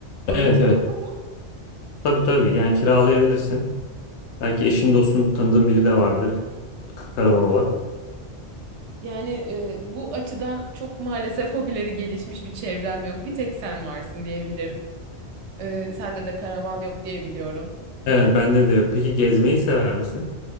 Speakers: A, on the right; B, on the left.
A: öyle
B: Evet
A: bir
B: evet.
A: şey var mı?
B: Tabii tabii. Yani kiralayabilirsin. Belki eşin dostun tanıdığın biri de vardır karavan olan.
A: Yani e, bu açıdan çok maalesef hobileri gelişmiş bir çevrem yok. Bir tek sen varsın diyebilirim. E, sende de karavan yok diye biliyorum.
B: Evet bende de yok. Peki gezmeyi sever misin?